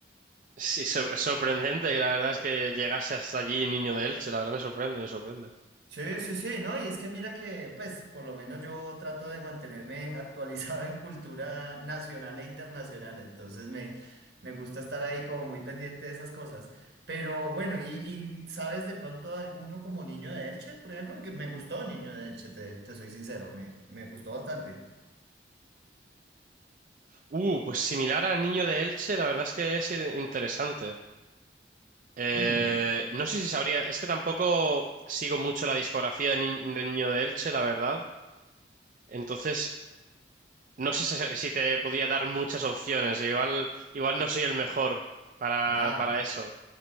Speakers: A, on the right (about 45°); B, on the right (about 65°).
A: Sí, so- es sorprendente que la verdad es que llegase hasta allí Niño de Elche, la verdad me sorprende, me sorprende.
B: Sí, sí, sí, ¿no? Y es que mira que, pues, por lo menos yo trato de mantenerme <laughs> actualizado en cultura nacional e internacional, entonces me, me gusta estar ahí como muy pendiente de esas cosas. Pero bueno, ¿y, y sabes de pronto alguno como Niño de Elche, por ejemplo? Porque me gustó Niño de Elche, te, te soy sincero, me, me gustó bastante.
A: Uh, pues similar a Niño de Elche, la verdad es que es eh, interesante. Eh,
B: Mm,
A: no sé si sabría, es que tampoco sigo mucho la discografía de, Ni- de Niño de Elche, la verdad. Entonces, no sé si, si te podría dar muchas opciones, igual, igual no soy el mejor para,
B: nada.
A: para eso.